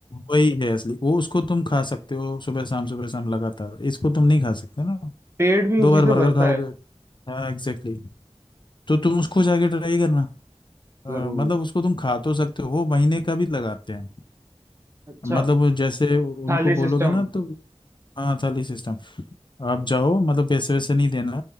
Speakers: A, on the left; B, on the right.
A: वही है असली वो उसको तुम खा सकते हो सुबह शाम सुबह शाम लगातार इसको तुम नहीं खा सकते ना
B: पेट भी उसी
A: दो बार
B: से
A: बर्गर
B: भरता
A: खाओगे
B: है
A: हाँ एग्जैक्टली तो तुम उसको जाके ट्राई करना अ,
B: जरूर
A: मतलब उसको तुम खा तो सकते हो वो महीने का भी लगाते हैं
B: अच्छा
A: मतलब वो जैसे उनको
B: थाली
A: बोलोगे
B: सिस्टम
A: ना तो हाँ थाली सिस्टम आप जाओ मतलब पैसे वैसे नहीं देना